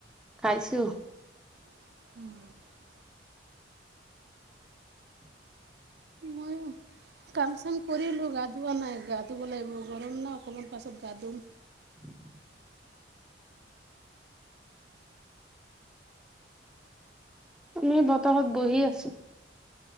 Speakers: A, in the centre; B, on the right.
A: খাইছো।
B: <inaudible>
A: <inaudible>
B: ময়ো কাম চাম কৰিলো গা ধোৱা নাই গা ধুব লাগিব গৰম ন অকণমান পাছত গা ধুম।
A: <inaudible> আমি বতাহত বহি আছো